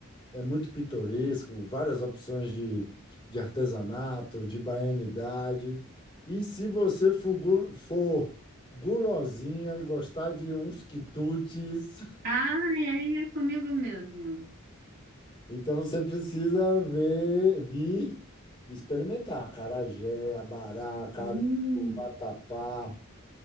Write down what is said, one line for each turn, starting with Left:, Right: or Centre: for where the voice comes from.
Left: é muito pitoresco, várias opções de, de artesanato, de baianidade. E se você for, gu- for gulosinha e gostar de uns quitutes,
Right: Ah, é é comigo mesmo.
Left: Então você precisa ver, vir e experimentar acarajé, abará, caruru,
Right: Hum.
Left: vatapá,